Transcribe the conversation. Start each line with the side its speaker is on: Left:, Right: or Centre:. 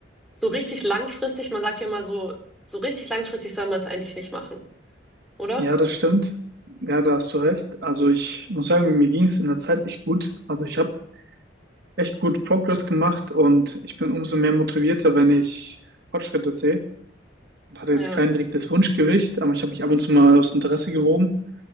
Centre: so richtig langfristig, man sagt ja immer so, so richtig langfristig soll man es eigentlich nicht machen, oder?
Right: ja, das stimmt. Ja, da hast du recht. Also ich muss sagen, mir ging es in der Zeit echt gut. Also ich habe echt gut Progress gemacht und ich bin umso mehr motivierter, wenn ich Fortschritte sehe. Ich hatte jetzt
Centre: Ja,
Right: kein direktes Wunschgewicht, aber ich habe mich ab und zu mal aus Interesse gewogen.